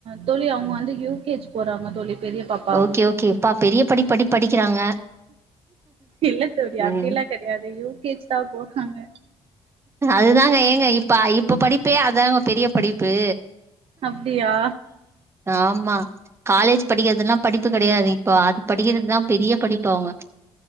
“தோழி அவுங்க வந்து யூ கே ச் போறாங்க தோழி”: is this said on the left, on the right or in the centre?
Right